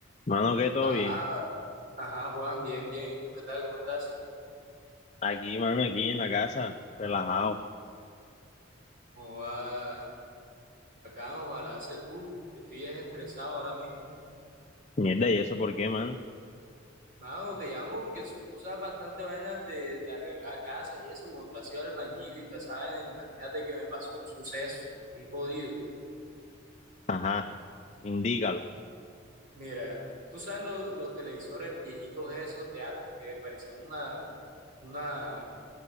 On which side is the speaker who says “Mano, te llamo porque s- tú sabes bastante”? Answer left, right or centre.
Right